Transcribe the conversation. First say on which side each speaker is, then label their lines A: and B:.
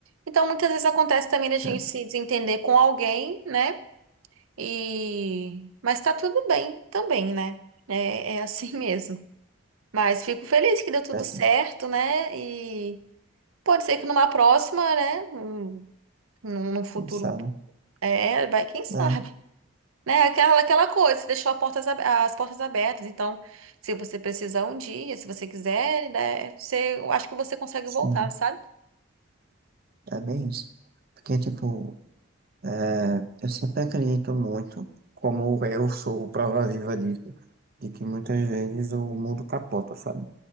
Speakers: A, on the right; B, on the right.
A: Então, muitas vezes acontece também da gente
B: é,
A: se desentender com alguém, né? E... Mas tá tudo bem também, né? É, é assim <laughs> mesmo. Mas fico feliz que deu tudo
B: é, é,
A: certo, né? E pode ser que numa próxima, né? Num, num futuro
B: sim, sabe?
A: é, vai, quem sabe,
B: É,
A: né? Aquela, aquela coisa, você deixou a portas, ab- as portas abertas. Então, se você precisar um dia, se você quiser, né, você, eu acho que você consegue
B: sim.
A: voltar, sabe?
B: É bem isso. Porque, tipo, é, eu sempre acredito muito, como eu sou prova viva disso, de que muitas vezes o mundo capota, sabe?